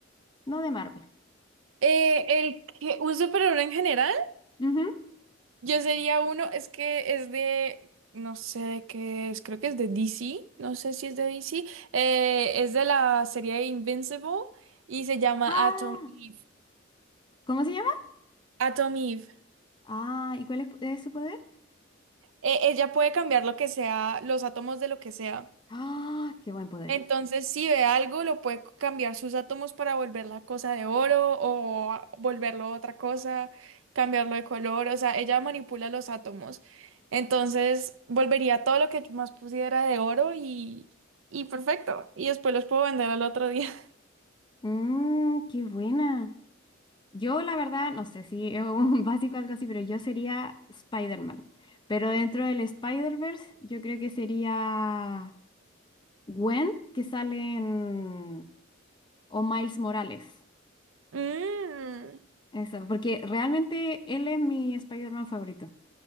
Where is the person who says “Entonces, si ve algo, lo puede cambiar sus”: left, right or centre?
Right